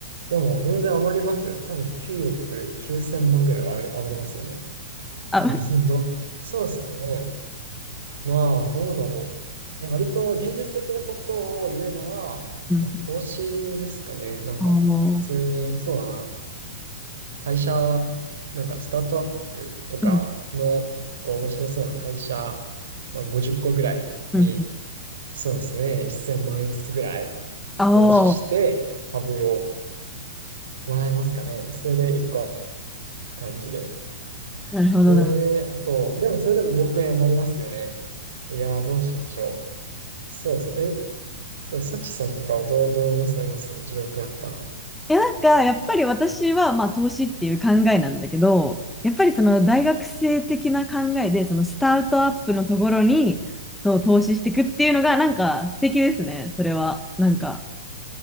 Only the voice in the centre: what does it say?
あ、
うん
うん。
あの
ーうん
うん。
ああ、
なるほど。
え、なんか、やっぱり私は、まあ、投資っていう考えなんだけど、やっぱりその大学生的な考えで、そのスタートアップのところに、そう、投資していくっていうのが、なんか素敵ですね、それは。なんか、